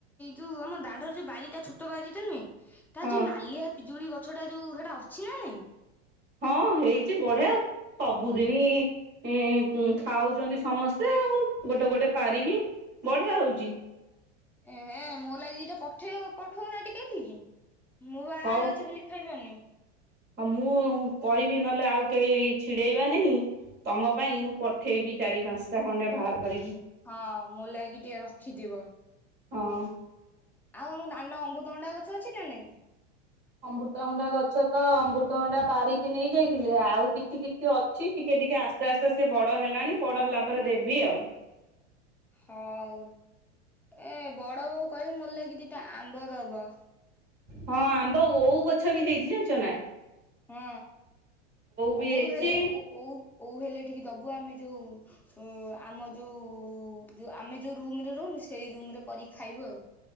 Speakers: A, in the centre; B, on the right (about 30°).
A: ଯୋଉ ଆମ ଦାଣ୍ଡର ଯୋଉ ବାରିଟା ଛୋଟ ବାରିଟା ନୁହେଁ ତାରଯୋଉ
B: ହଁ
A: ନାଲିଆ ପିଜୁଳି ଗଛଟା ଯୋଉ ହେଟା ଅଛି ନା ନାଇଁ?
B: ହଁ ହେଇଚି ବଢିଆ ସବୁଦିନି ଏଁ ଖାଉଚନ୍ତି ସମସ୍ତେ ଆଉ ଗୋଟେ ଗୋଟେ ପାରିକି ବଢ଼ିଆ ହୋଉଚି।
A: ଏ ହେ ମୋ ଲାଗି ଦିଟା ପଠେଇବ ପଠଉନ ଟିକେ ଏଠିକି କି ମୁଁପା
B: ହଉ।
A: ଅଛି ବୋଲି ଖାଇବାନି।
B: ହଁ ମୁଁ କହିବି ନହେଲେ ଆଉ କେଇ ଛିଡେଇବା ନାହିଁ ତମ ପାଇଁ ମୁଁ ପଠେଇବି। ଚାରି ପାସଂଟା ଖଣ୍ଡେ ବାହାର କରିକି।
A: ହଁ ମୋ ଲାଗି ଟିକେ ରଖିଥିବ।
B: ହଁ।
A: ଆଉ ଆମ ଦାଣ୍ଡ ଅମୃତଭଣ୍ଡା ଗଛ ଅଛି ନା ନାଇଁ?
B: ଅମୃତ୍ରଭଣ୍ଡା ଗଛ ତ ଅମୃତଭଣ୍ଡା ପାରିକି ନେଇଯାଇଥିଲେ ଆଉ କିଛି କିଛି ଅ ଛି ଟିକେ ଟିକେ ଆସ୍ତେ ଆସ୍ତେ ସିଏ ବଡ ହେଲାଣି ବଡ ହେଲା ପରେ ଦେବି ଆଉ।
A: ହଉ ଏ ବଡ ବୋଉ କହିବ ମୋ ଲାଗି ଦିଟା ଆମ୍ବ ଦବ।
B: ହଁ ଆମ୍ବ ଓଉ ଗଛ ବି ହେଇଚି ଜାଣିଚ ନା।
A: ହଁ
B: ବି
A: ଓଉ
B: ହେଇଛି
A: ହେଲେ ଓ ଓଉ ଓଉ ହେଲେ ଟିକେ ଦୋବୁ ଆମେ ଯୋଉ ଓ ଆମ ଯୋଉ ଆମେ ଯୋଉ ରୁମରେ ରୋହୁନୁ ସେଇ ରୁମରେ କରିକି ଖାଇବୁ ଆଉ।